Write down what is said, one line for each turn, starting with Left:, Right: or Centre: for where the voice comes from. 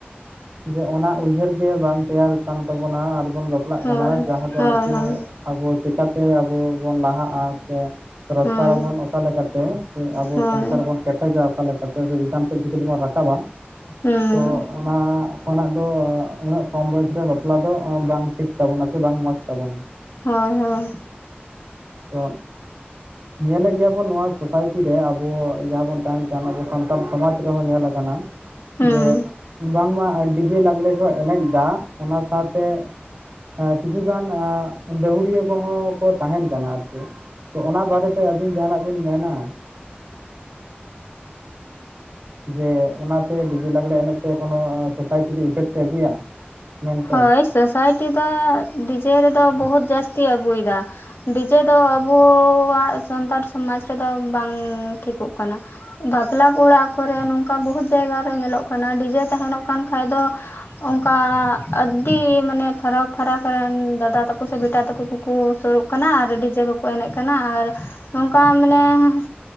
Right: ᱡᱮ ᱚᱱᱟ ᱩᱭᱦᱟᱹᱨ ᱜᱮ ᱵᱟᱝ ᱛᱮᱭᱟᱨ ᱠᱟᱱ ᱛᱟᱵᱚᱱᱟ ᱟᱨᱵᱚᱱ ᱵᱟᱯᱼᱼ ᱞᱟᱜ
Left: ᱦᱳᱭ
Right: ᱠᱟᱱᱟ ᱡᱟᱦᱟᱸ ᱫᱚ
Left: ᱦᱳᱭ
Right: ᱟᱨᱠᱤ
Left: ᱦᱳᱭ
Right: ᱟᱵᱚ ᱪᱤᱠᱟᱹᱛᱮ ᱟᱵᱚ ᱵᱚᱱ ᱞᱟᱦᱟᱜᱼᱟ, ᱥᱮᱼᱼ ᱨᱳᱡᱽᱜᱟᱨ
Left: ᱦᱳᱭ
Right: ᱟᱵᱚᱱ ᱚᱠᱟ ᱞᱮᱠᱟᱛᱮ ᱟᱵᱚ
Left: ᱦᱳᱭ
Right: ᱥᱚᱝᱥᱟᱨ ᱵᱚᱱ ᱠᱮᱴᱮᱡᱟ ᱚᱠᱟ ᱞᱮᱠᱟᱛᱮ ᱥᱮ ᱪᱮᱛᱟᱱ ᱥᱮᱫᱽ ᱪᱤᱠᱟᱹ ᱛᱮᱵᱚᱱ ᱨᱟᱠᱟᱵ ᱟ,
Left: ᱦᱩᱸ
Right: ᱛᱚ ᱚᱱᱟ ᱠᱷᱚᱱᱟᱜ ᱫᱚ ᱩᱱᱟᱹᱜ ᱠᱚᱢ ᱵᱚᱭᱮᱥ ᱨᱮ ᱵᱟᱯᱞᱟ ᱫᱚ ᱵᱟᱝ ᱴᱷᱤᱠ ᱛᱟᱵᱚᱱᱟ ᱥᱮ ᱵᱟᱝ ᱢᱚᱡᱽ ᱛᱟᱵᱚ ᱱᱟ᱾
Left: ᱦᱳᱭ-ᱦᱳᱭ
Right: ᱛᱚᱼᱼ ᱧᱮᱞ ᱮᱫ ᱜᱮᱭᱟ ᱵᱚᱱ, ᱱᱚᱣᱟ ᱥᱳᱥᱟᱭᱴᱤ ᱨᱮ ᱟᱵᱚ, ᱚᱻ ᱡᱟᱦᱟᱸ ᱵᱚᱱ ᱛᱟᱦᱮᱸᱱ ᱠᱟᱱ, ᱟᱵᱚ ᱥᱟᱱᱛᱟᱲ ᱥᱚᱢᱟᱡᱽᱼ ᱨᱮᱦᱚᱸ ᱧᱮᱞᱟᱠᱟᱱᱟ
Left: ᱦᱩᱸ
Right: ᱡᱮ ᱵᱟᱝᱢᱟ ᱰᱤᱡᱮ ᱞᱟᱜᱽᱲᱮ ᱠᱚ ᱮᱱᱮᱡ ᱫᱟ ᱚᱱᱟ ᱥᱟᱣᱛᱮ ᱮᱸ ᱠᱤᱪᱷᱩ ᱜᱟᱱ ᱮᱸ ᱵᱟᱹᱦᱩᱲᱤᱭᱟᱹ ᱠᱚᱦᱚᱸ ᱠᱚ ᱛᱟᱦᱮᱱ ᱠᱟᱱᱟ ᱟᱨᱠᱤ ᱛᱚ ᱚᱱᱟ ᱵᱟᱨᱮᱛᱮ ᱟᱹᱵᱤᱱ ᱡᱟᱦᱟᱸᱱᱟᱜ ᱵᱤᱱ ᱢᱮᱱᱟ᱾ ᱡᱮ ᱚᱱᱟᱛᱮ ᱰᱤᱡᱮ ᱞᱟᱜᱽᱲᱮ ᱮᱱᱮᱡ ᱛᱮ ᱠᱳᱱᱳ ᱥᱳᱥᱟᱭᱴᱤ ᱨᱮ ᱤᱯᱷᱮᱠᱴ ᱮ ᱟᱹᱜᱩᱭᱟ? ᱢᱮᱱᱛᱮ
Left: ᱦᱳᱭ ᱥᱳᱥᱟᱭᱴᱤ ᱫᱚᱻ ᱰᱤᱡᱮ ᱨᱮᱫᱚ ᱵᱩᱦᱩᱛ ᱡᱟᱹᱥᱛᱤ ᱟᱹᱜᱩᱭᱫᱟ᱾ ᱰᱤᱡᱮ ᱫᱚ ᱟᱵᱩᱻᱣᱟᱜ ᱥᱟᱱᱛᱟᱲ ᱥᱚᱢᱟᱡᱽ ᱨᱮᱫᱚ ᱵᱟᱝᱻ ᱴᱷᱤᱠᱳᱜ ᱠᱟᱱᱟ᱾ ᱵᱟᱯᱞᱟ ᱠᱩᱲᱟᱜ ᱠᱚᱨᱮ ᱱᱚᱝᱠᱟ ᱵᱩᱦᱩᱛ ᱡᱟᱭᱜᱟ ᱨᱮ ᱧᱮᱞᱚᱜ ᱠᱟᱱᱟ ᱰᱤᱡᱮ ᱛᱟᱦᱮᱱᱚᱜ ᱠᱟᱱ ᱠᱷᱟᱡ ᱫᱚ ᱚᱝᱠᱟᱻ ᱟᱹᱰᱰᱤᱻ ᱢᱟᱱᱮ ᱯᱷᱟᱨᱟᱠᱼᱯᱷᱟᱨᱟᱠ ᱨᱮᱱ ᱫᱟᱫᱟ ᱛᱟᱠᱩ ᱥᱮ ᱵᱮᱴᱟ ᱛᱟᱠᱩ ᱠᱩ ᱠᱚ ᱥᱩᱨᱩᱜ ᱠᱟᱱᱟ ᱾ ᱟᱨ ᱰᱤᱡᱮ ᱠᱚᱠᱚ ᱮᱱᱮᱜ ᱠᱟᱱᱟ ᱾ ᱟᱨ ᱱᱚᱝᱠᱟ ᱢᱟᱱᱮ, ᱼᱼ